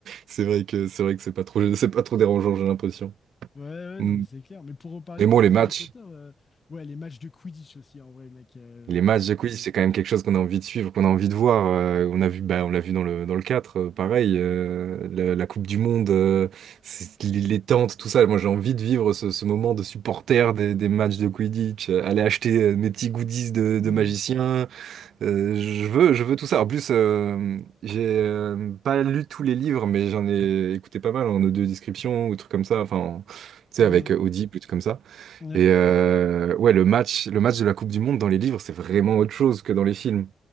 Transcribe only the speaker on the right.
C'est vrai que c'est vrai que c'est pas trop c'est pas trop dérangeant, j'ai l'impression.
Mm.
Mais
bon, les matchs,
les matchs de quiz, c'est quand même quelque chose qu'on a envie de suivre, qu'on a envie de voir. Euh, on a vu, bah, on l'a vu dans le dans le 4 euh, pareil, euh, la, la Coupe du Monde, euh, c'est- les les tentes, tout ça. Moi, j'ai envie de vivre ce, ce moment de supporter des, des matchs de Quidditch, euh, aller acheter euh, mes petits goodies de,
de magicien, Euh, je veux, je veux tout ça. En plus, euh, j'ai euh, pas lu tous les livres, mais j'en ai écouté pas mal en audio description ou trucs comme ça. Enfin, tu sais,
avec Audible ou trucs comme ça.
Et euh, ouais, le match, le match de la Coupe du Monde dans les livres, c'est vraiment autre chose que dans les films.